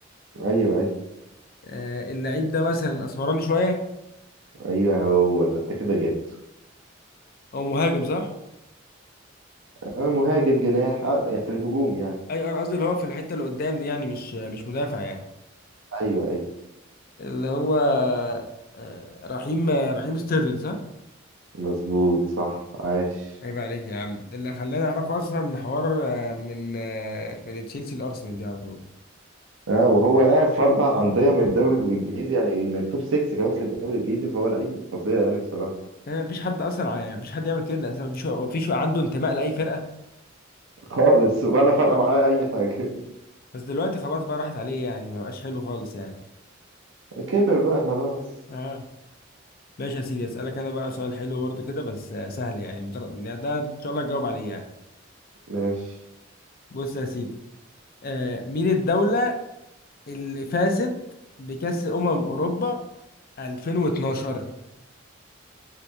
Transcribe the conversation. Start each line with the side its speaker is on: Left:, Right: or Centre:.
Right: ايوه ايوه
Left: آه اللعيب ده مثلا اسمراني شويه
Right: ايوه هو ده انت كده جبته
Left: او مهاجم صح
Right: آه مهاجم جناح آه يعني في الهجوم يعني
Left: اي انا قصدي اللي هو في الحته اللي قدام دي يعني مش مش مدافع يعني
Right: ايوه ايوه
Left: اللي هو آه، رحيم رحيم ستيرلينج صح؟
Right: مظبوط صح عاش
Left: عيب عليك يا عم ده اللي خلاني اعرف اصلا حوار آه، من آه، من تشيلسي لارسنال دي على طول
Right: اه وهو لاعب في اربع انديه من الدوري الانجليزي يعني من التوب 6 كمان في الدوري الانجليزي فهو لعيب فظيع يعني بصراحه
Left: يعني مفيش حد اصلا ع- يعني مفيش حد يعمل كده اصلا مفيش مفيش عنده انتماء لاي فرقه
Right: خالص ولا
Left: آه.
Right: فارقه معاه اي حاجه
Left: بس دلوقتي خلاص بقى راحت عليه يعني ما بقاش حلو خالص يعني
Right: <laughs> كبر بقى خلاص
Left: اه ماشي يا سيدي اسالك انا بقى سؤال حلو برضو كده بس آه، سهل يعني مجرد إن ده ان شاء الله تجاوب عليه يعني
Right: ماشي
Left: بص يا سيدي آه مين الدوله اللي فازت بكاس امم اوروبا 2012